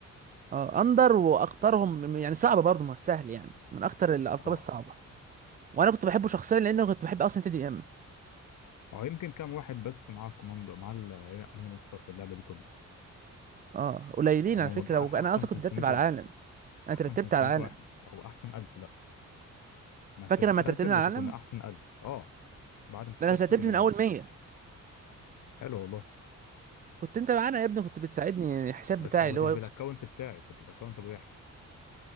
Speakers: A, on the right; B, on the left.
A: اه اندر واكترهم يعني صعبه برضه ما سهل يعني من اكتر الالقاب
B: أه
A: الصعبه وانا كنت بحبه شخصيا لان كنت بحب اصلا تي دي ام
B: أو يمكن كام واحد بس معاه الكوماندو مع علينا ماستر في اللعبة دي كلها
A: اه قليلين
B: يعني
A: على
B: هو
A: فكره
B: بيبقى
A: وانا
B: أحسن
A: اصلا
B: 500
A: كنت بترتب على
B: واحد
A: العالم انا
B: أحسن
A: ترتبت
B: 500
A: على العالم
B: واحد أو أحسن 1000 ما انت
A: فاكر
B: تترتب
A: لما ترتبنا
B: وتكون
A: على العالم
B: احسن الف اه بعد ما تترتب
A: ده انا ترتبت
B: تبقى
A: من اول
B: منه
A: 100
B: حلو والله
A: كنت انت معانا يا ابني كنت بتساعدني يعني الحساب
B: بس
A: بتاعي
B: ما
A: اللي
B: كنتش
A: هو يوصل
B: بالاكونت بتاعي كنت باكونت ابو يحيى